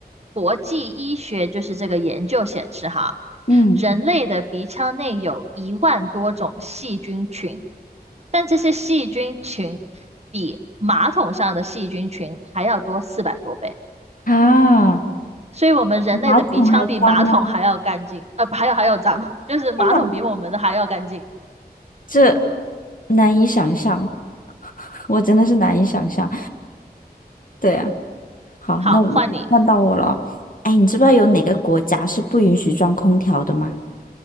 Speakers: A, on the right (about 40°); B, on the left (about 55°).
A: 国际医学就是这个研究显示哈，
B: 嗯
A: 人类的鼻腔内有一万多种细菌群，但这些细菌群比马桶上的细菌群还要多四百多倍，
B: 啊，
A: 所以我们人类的鼻腔比马桶还要干净，
B: 马桶还脏吗？
A: 呃，不还有还有脏，<laughs> 就是马桶比我们的还要干净。
B: 天哪，这难以想象，<laughs> 我真的是难以想象。对啊。好，
A: 好，
B: 那我换到我了。
A: 换你，
B: 哎，你知不知道有哪个国家是不允许装空调的吗？